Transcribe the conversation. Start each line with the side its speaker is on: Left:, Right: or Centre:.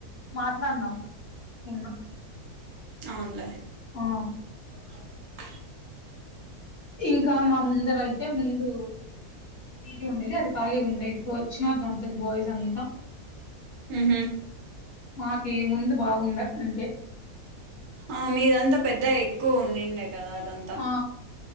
Left: మాట్లాడినాం సరెన
Right: అవున్లే
Left: ఆ
Right: ఆ అక్క
Left: ఇంకా మా ముందర అయితే ముందు పీజి ఉండేది అది ఖాలీగా ఉండె ఇప్పుడు వచ్చినారు దాంత బాయ్స్ అంతా
Right: ఉహు
Left: మాకేమి ఉంది బాగుంద అంతె
Right: ఆ మీదంతా పెద్ద ఎక్కువ ఉన్నిందె కదా అదంతా
Left: ఆ